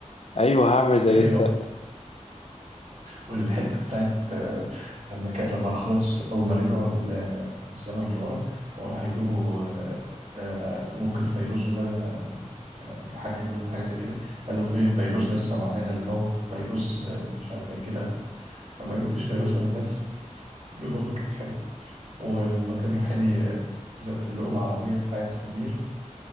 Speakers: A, on the left (about 55°); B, on the right (about 60°).
A: أيوه هعمل زي
B: ايوه
A: السقا
B: والحته بتاعت آه، لما ك... لما خلاص اول ما رجعوا ال- بالزمن لورا وراح يجيبوا آه، آه، ممكن فيروز ونجا يحج منه ولا حاجه زي كده قال له في فيروز نسم علينا الهوا فيروز آه، مش عارف ايه كده لما قال له فيش فيروز انا ناس دي برضه كانت حلوه ولما كان رايحين ي- ل- لقوا العربيه بتاعت سمير